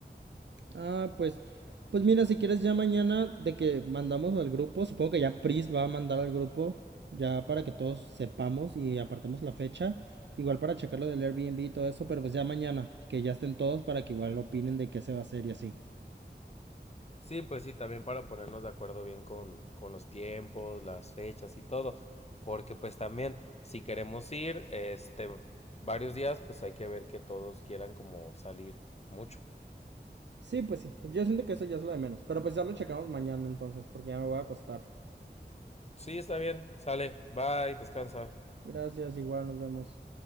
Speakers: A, on the right; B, on the left.
A: Ah, pues, pues mira, si quieres ya mañana de que mandamos al grupo, supongo que ya Pris va a mandar al grupo, ya para que todos sepamos y apartemos la fecha, igual para checar lo del Airbnb y todo eso, pero pues ya mañana, que ya estén todos para que igual opinen de qué se va a hacer y así.
B: Sí, pues sí, también para ponernos de acuerdo bien con, con los tiempos, las fechas y todo. Porque pues también, si queremos ir, este, varios días, pues hay que ver que todos quieran como salir mucho.
A: Sí, pues sí, yo siento que eso ya es lo de menos, pero pues ya lo checamos mañana entonces, porque ya me voy a acostar.
B: Sí, está bien. Sale. Bye. Descansa.
A: Gracias, igual nos vemos.